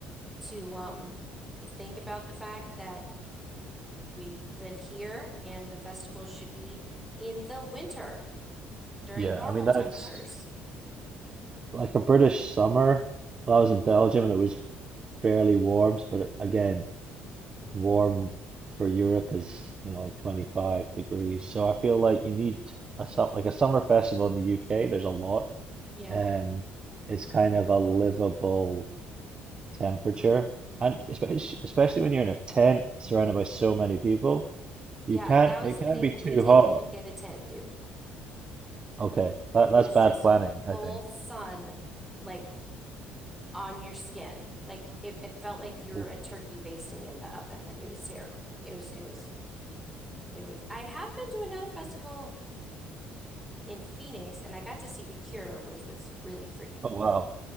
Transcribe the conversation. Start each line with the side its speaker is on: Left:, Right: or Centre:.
Centre: to um think about the fact that we live here and the festival should be in the winter during
Right: Yeah,
Centre: normal
Right: I mean that's
Centre: temperatures.
Right: like a British summer. Well, I was in Belgium and it was fairly warm, but again, warm for Europe is, you know, like 25 degrees. So I feel like you need a some like a summer festival in the UK, there's a lot.
Centre: Yeah.
Right: Um, it's kind of a livable temperature. And especially especially when you're in a tent surrounded by so many people, you
Centre: Yeah,
Right: can't
Centre: that was
Right: it
Centre: the
Right: can't
Centre: thing.
Right: be too
Centre: We didn't
Right: hot.
Centre: even get a tent, dude.
Right: Okay, that
Centre: It
Right: that's
Centre: was
Right: bad
Centre: just
Right: planning,
Centre: full
Right: I think.
Centre: sun, like on your skin. Like it, it felt like you're
Right: Oh
Centre: a turkey basting in the oven. Like it was terrible. It was, it was, it was. I have been to another festival in Phoenix and I got to see The Cure, which was really freaking
Right: oh,
Centre: cool
Right: wow.